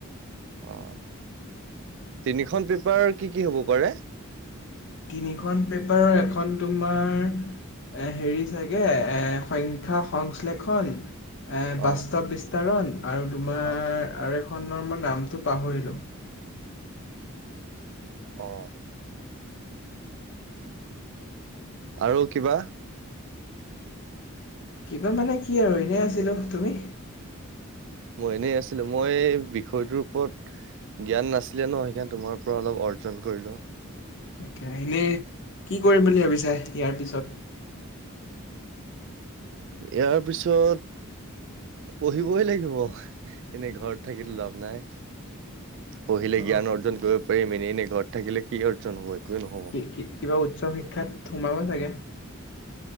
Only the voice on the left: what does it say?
তিনিখন পেপাৰৰ এখন তোমাৰ এ হেৰি চাগে এ সংখ্যা সংশ্লেষণ এ
বাস্তৱ বিস্তাৰণ আৰু তোমাৰ
আৰু এখনৰ মই নামটো পাহৰিলো।
কিবা মানে কি আৰু এনেই আছিলোঁ। তুমি?
তাকে এনে কি কৰিম বুলি ভাবিছা ইয়াৰ পিছত?
অ
কি কিবা উচ্চ শিক্ষাত সোমাবা চাগে?